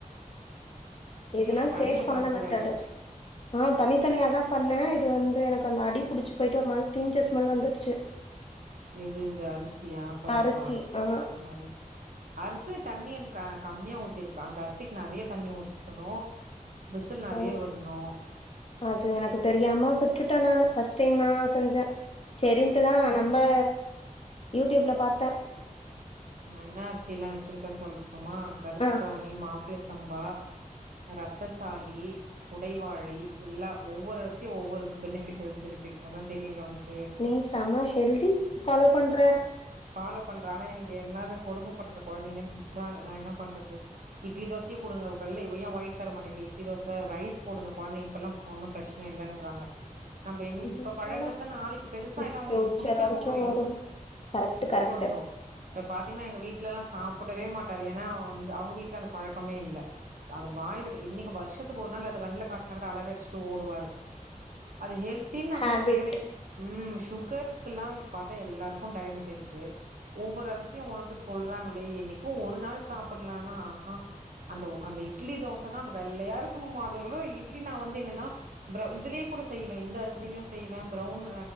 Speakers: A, on the left; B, on the right.
A: இதுனா
B: இல்ல இல்ல
A: சேஃவ்வான
B: தனியா பருப்பு
A: மெத்தடு
B: வேக வச்சு
A: ஆ தனி தனியா தா பண்ண இது வந்து எனக்கு அந்த அடி புடிச்சு போயிட்டு ஒரு மாரி தீஞ்ச ஸ்மெல் வந்துடுச்சு
B: எது இந்த அரிசியா பருப்பா
A: அரிசி ஆ
B: அரிசி அரிசில தண்ணி க கம்மியா ஊத்திருப்ப அந்த அரிசிக்கு நறைய தண்ணி ஊத்தணு விசில் நறைய
A: ஓ!
B: விட்ணு
A: அது எனக்கு தெரியா விட்டுட்ட நானு ஃபஸ்ட் டைம் நா செஞ்ச சரின்ட்டுதா நம்ம யூ டியூப்ல பா்த்து
B: நா இனா அரிசில்லாம் வச்சிருக்க சொல்லட்டுமா கருப்புக்கவுணி
A: ஆ
B: மாப்பள சம்பா ரத்தசாலி குடைவாழை எல்லா ஒவ்வொரு அரிசியு ஒவ்வொரு பெனிபிட் ஹெல்த் பெனிபிட் அதா தெரியுல்ல உனக்கு
A: நீ சம ஹெல்தி ஃபாலோ பண்ற
B: ஃபாலோ பண்ற ஆனா எனக்கு என்னான கொடுமபடுதுற கொழந்தைங்கன் திட்டுறாங்க நா இனா பண்றது இட்லி தோசயே குடுங்க இப்ப கட்ல ஏ வாய்த்தரமாட்டீங்க இட்லி தோச ரைஸ் போடுங்க கொழந்த இப்பெல்லா ஒன்னு பிரச்ச னல்லன்றாங்க நம்ம என்னி
A: இல்லல்ல
B: இப்ப பழகறத நாளைக்கு பெருசா ஆயிட்டா
A: ஃபியூச்சர்
B: அவங்களுக்கு இது புடிக்காம
A: வரைக்கும்
B: போயிடும்
A: வரும். Correct correct.
B: ஒண்ணு இப்ப பாத்தீங்கன்னா எங்க வீட்லல்லாம் சாப்டவே மாட்டாரு ஏன்னா அவ வந்து அவங்க வீட்ல அந்த பழக்கமே இல்ல அது வாயில வை இன்னிக்கு வருஷத்துக்கு ஒரு நாள் அத கண்ணுல காட்டினா கூட அலர அடிச்சுட்டு ஓடுவாரு அது ஹெல்த்தின்னு நா
A: ஹேபிட்.
B: சொல்ற ம் சுகருக்குல்லாம் பத்தா எல்லாருக்கும் டயபெட்டி இருக்கு ஒவ்வொரு அரசியும் ஒனுதுக்கு சொல்றாங்களே என்னிக்கோ ஒரு நாள் சாப்பலானா ஆஹான் அந்த அந்த இட்லி தோச தா அந்த வெள்ளையாருக்குன்மா அதுல தா இட்லி நான் வந்து என்னன்னா இதுலயே கூட செய்வேன் இந்த அரிசிலயும் செய்வேன் பிரவுன்